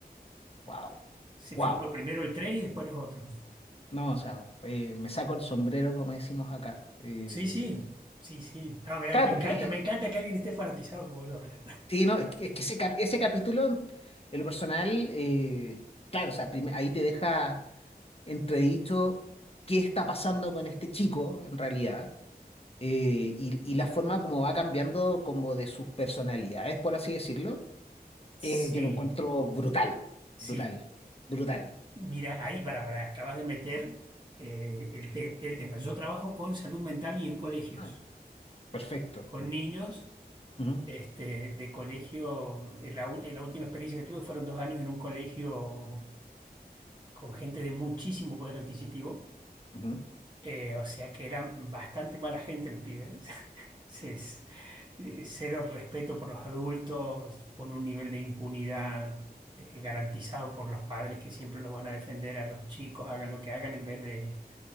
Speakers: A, on the left; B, on the right.
A: wow,
B: Se
A: wow.
B: filmó primero el 3 y después los otros.
A: No, o sea, eh, me saco el sombrero, como decimos acá. Eh,
B: Sí, sí, sí, sí. Ah, me,
A: claro,
B: me encanta,
A: porque,
B: me encanta que alguien esté fanatizado como yo. ¿verdad?
A: <laughs> sí, no, es que, es que ese, cap- ese capítulo, en lo personal, eh, claro, o sea, prim- ahí te deja entredicho qué está pasando con este chico, en realidad, eh, y, y la forma como va cambiando como de sus personalidades, por así decirlo,
B: Sí,
A: eh, yo lo encuentro brutal,
B: sí.
A: brutal, brutal.
B: Mira, ahí para, para, acabas de meter eh, el, te- el tema. Yo trabajo con salud mental y en colegios,
A: Ah, perfecto.
B: con niños
A: Ujú,
B: este, de colegio. en La, u- en la última experiencia que tuve fueron dos años en un colegio con gente de muchísimo poder adquisitivo,
A: ujú.
B: eh, o sea que eran bastante mala gente los pibes. <laughs> Se- s- eh, Cero respeto por los adultos, con un nivel de impunidad eh, garantizado por los padres que siempre los van a defender a los chicos, hagan lo que hagan, en vez de